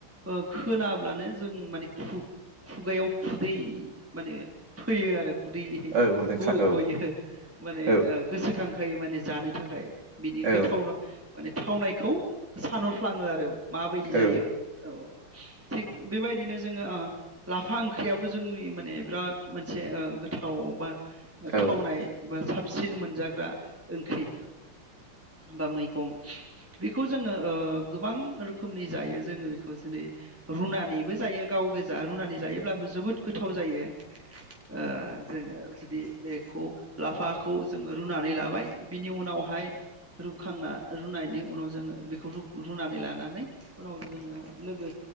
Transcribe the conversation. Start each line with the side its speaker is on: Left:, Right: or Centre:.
Centre: ओ खोनाब्ला नो जों माने खु खुगायाव खुदै माने फैयो आरो खुदै
Right: औ नोंथां औ
Centre: गयो माने
Right: औ
Centre: गोसोखां खायो माने जानो थाखाय बिनि
Right: औ
Centre: गोथाव माने थावनाय खौ सानहरफ्लाङो आरो माबायदि
Right: औ नोंथां औ
Centre: जायो।
Right: नोंथां औ
Centre: औ थिग बेबायदि बिदिनो जोङो ओ लाफा ओंख्रियाबो जोंनि माने बिराद मोनसे ओ गोथावा
Right: औ
Centre: थावनाय बा साबसिन मोनजाग्रा ओंख्रि बा मै गं बेखौ जोङो ओ गोबां रोखोम नि जायो जोङो खुसिदि रुनानैबो जायो गाव रुनानै जायोब्लाबो जोबोद गोथाव जायो ओ जोङो बि बेखौ लाफाखौ जोङो रुनानै लाबाय बिनि उनावहाय रुखांना रुनायनि उनाव जोङो बेखौ रुनानै लानानै उनाव जोङो लोगो